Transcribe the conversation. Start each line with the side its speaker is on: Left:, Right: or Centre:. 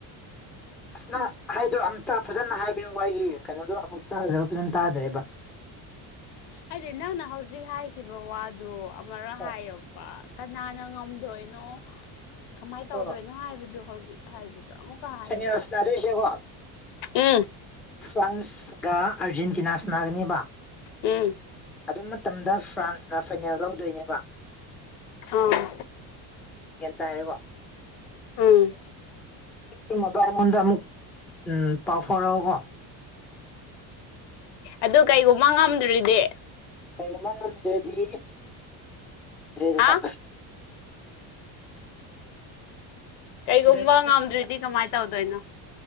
Centre: ꯑꯁ ꯅꯪ ꯍꯥꯏꯗꯣ ꯑꯝꯇ ꯐꯖꯅ ꯍꯥꯏꯕꯤꯌꯨ ꯑꯩꯒꯤ ꯀꯩꯅꯣꯗꯣ ꯑꯃꯨꯛ ꯇꯥꯗ꯭ꯔꯕ ꯐꯖꯅ ꯇꯥꯗ꯭ꯔꯦꯕ
Left: ꯍꯥꯏꯗꯤ ꯅꯪꯅ ꯍꯧꯖꯤꯛ ꯍꯥꯏꯈꯤꯕ ꯋꯥꯗꯨꯣ ꯑꯃꯔꯛ
Centre: ꯑꯣ
Left: ꯍꯥꯏꯌꯣꯕ ꯀꯅꯥꯅ ꯉꯝꯗꯣꯏꯅꯣ ꯀꯃꯥꯏꯅ ꯇꯧꯗꯣꯏꯅꯣ
Centre: ꯑꯣ
Left: ꯍꯥꯏꯕꯗꯨ ꯍꯧꯖꯤꯛ ꯍꯥꯏꯕꯗꯣ ꯑꯃꯨꯛꯀ ꯍꯥꯏꯔꯛꯑꯣ
Centre: ꯐꯥꯏꯅꯦꯜ ꯁꯥꯟꯅꯗꯣꯏꯁꯦꯀꯣ
Left: ꯎꯝ
Centre: ꯐ꯭ꯔꯥꯟꯁꯒ ꯑꯥꯔꯖꯦꯟꯇꯤꯅꯥꯁꯅꯥꯒꯅꯦꯕ
Left: ꯎꯝ
Centre: ꯑꯗꯨ ꯃꯇꯝꯗ ꯐ꯭ꯔꯥꯟꯁꯅ ꯐꯥꯏꯅꯦꯜ ꯂꯧꯗꯣꯏꯅꯦꯕ
Left: ꯑ
Centre: ꯌꯦ ꯇꯔꯦꯒꯣ
Left: ꯎꯝ
Centre: ꯨꯝ ꯃ ꯑꯩꯉꯣꯟꯗ ꯑꯃꯨꯛ ꯎꯝ ꯄꯥꯎꯊꯥꯎꯣꯔꯛꯑꯣ ꯀꯣ
Left: ꯑꯗꯨ ꯀꯩꯒꯨꯝꯕ ꯉꯝꯗ꯭ꯔꯤꯗꯤ
Centre: ꯀꯩꯒꯨꯝꯕ ꯉꯝꯗ꯭ꯔꯗꯤ ꯉꯝꯗ꯭ꯔꯦꯗꯅ
Left: ꯍꯥ ꯀꯩꯒꯨꯝꯕ
Centre: ꯉꯝꯗ꯭ꯔꯗꯤ ꯉꯝꯗ꯭ꯔꯦ
Left: ꯉꯝꯗ꯭ꯔꯗꯤ ꯀꯃꯥꯏ ꯇꯧꯗꯣꯏꯅꯣ